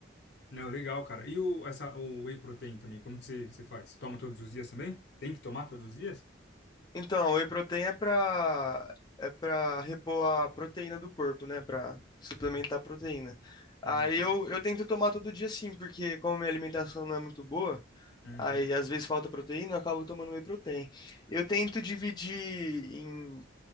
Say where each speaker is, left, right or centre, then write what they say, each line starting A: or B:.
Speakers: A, on the left; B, on the left.
A: Não, legal, cara. E o, essa, o whey protein também, como que você, que você faz? Toma todos os dias também? Tem que tomar todos os dias?
B: Então, o whey protein é pra, é pra repor a proteína do corpo, né? Pra suplementar a proteína. Aí
A: Uhum,
B: eu, eu tento tomar todo dia sim, porque como minha alimentação não é muito boa,
A: uhum,
B: aí às vezes falta proteína, eu acabo tomando whey protein. Eu tento dividir em